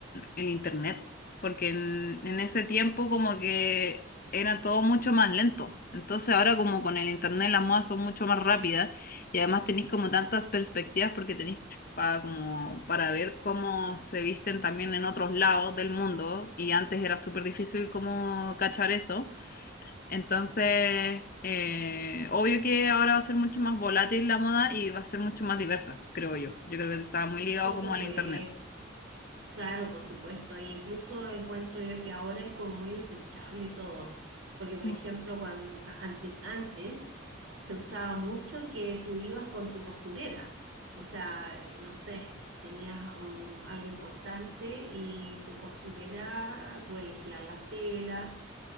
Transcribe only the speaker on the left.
el internet, porque en, en ese tiempo como que era todo mucho más lento. Entonces ahora como con el internet las modas son mucho más rápidas y además tenéis como tantas perspectivas porque tenéis para como para ver cómo se visten también en otros lados del mundo y antes era súper difícil como cachar eso. Entonces, eh, obvio que ahora va a ser mucho más volátil la moda y va a ser mucho más diversa, creo yo. Yo creo que está muy ligado
como
al internet.
Mm.